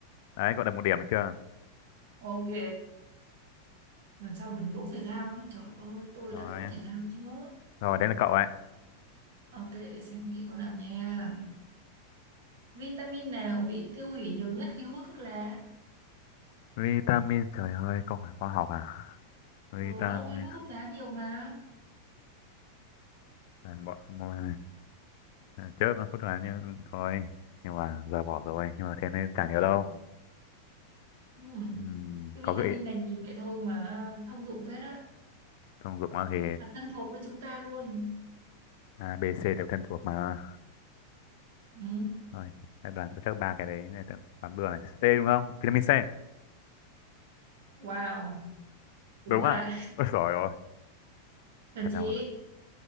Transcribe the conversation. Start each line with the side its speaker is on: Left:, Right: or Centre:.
Left: đấy cậu được một điểm được chưa
Right: Ok, lần sau đừng đỗ thể thao nhé. Trời ơi, tôi
Left: rồi
Right: đã rốt thể thao chưa?
Left: rồi đây là cậu ấy
Right: Ok, để xem nghĩ câu nào nha. Vitamin nào bị tiêu hủy nhiều nhất khi hút thuốc lá?
Left: vitamin trời ơi câu hỏi khoa học à vitamin
Right: Ờ, ông ấy hút thuốc lá nhiều mà.
Left: Đấy, bỏ bỏ- trước nó phút là như thôi nhưng mà giờ bỏ rồi nhưng mà thế nên chả nhớ
Right: Dạ.
Left: đâu
Right: Ừ.
Left: Ừm,
Right: Cái
Left: có
Right: vitamin
Left: gợi ý,
Right: này nhìn vậy thôi mà thông dụng phết á.
Left: thông dụng thì
Right: Rất Là thân thuộc với chúng ta luôn.
Left: A B C đều thân thuộc mà
Right: Ừ.
Left: rồi các đoán chắc ba cái đấy này đoán bừa này C đúng không vitamin C
Right: Wow, đúng
Left: đúng
Right: rồi
Left: à
Right: đấy.
Left: ôi giỏi rồi
Right: Thần
Left: thật
Right: chị.
Left: là